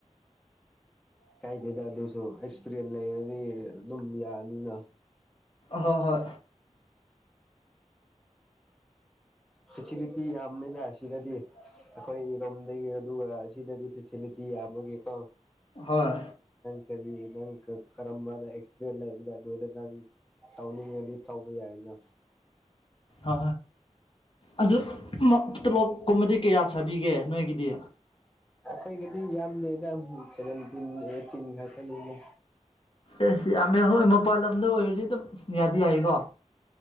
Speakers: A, in the centre; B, on the left.
A: ꯎ ꯀꯥꯏꯗꯦꯗ ꯑꯗꯨꯁꯨ ꯑꯦꯛꯁꯄꯤꯔꯤꯌꯦꯟꯁ ꯂꯩꯔꯗꯤ ꯑꯗꯨꯝ ꯌꯥꯅꯤꯅ
B: ꯍꯣꯏ ꯍꯣꯏ
A: ꯐꯦꯁꯤꯂꯤꯇꯤ ꯌꯥꯝꯃꯤꯅ ꯁꯤꯗꯗꯤ ꯑꯩꯈꯣꯏꯔꯣꯝꯗꯒꯤ ꯑꯗꯨꯒ ꯁꯤꯗꯗꯤ ꯐꯦꯁꯤꯤ ꯁꯤꯤ ꯌꯥꯝ ꯑꯃꯒꯤꯒꯀꯣ
B: ꯍꯣꯏ
A: ꯀꯔꯤ ꯅꯪ ꯀ ꯀꯔꯝꯕꯗ ꯑꯦꯛꯁꯄ ꯑꯗꯨꯗ ꯅꯪ ꯇꯧꯅꯤꯡꯉꯗꯤ ꯇꯧꯕ ꯌꯥꯏꯅ
B: ꯑ ꯑꯗꯨ ꯇꯣꯂꯣꯞ ꯀꯨꯝꯕꯗꯤ ꯀꯌꯥ ꯁꯥꯕꯤꯒꯦ ꯅꯣꯏꯒꯤꯗꯤ
A: ꯑꯩꯈꯣꯏꯒꯤꯗꯤ ꯌꯥꯝ ꯂꯩꯗ ꯁꯚꯦꯟꯇꯤꯟ ꯑꯩꯠꯇꯤꯟ ꯈꯛꯇꯅꯤꯗ
B: ꯑꯁ ꯌꯥꯝꯃꯦ ꯍꯣꯏ ꯃꯄꯥꯟ ꯂꯝꯗ ꯑꯣꯏꯔꯗꯤ ꯑꯗꯨꯝ ꯌꯥꯗꯤ ꯌꯥꯏꯀꯣ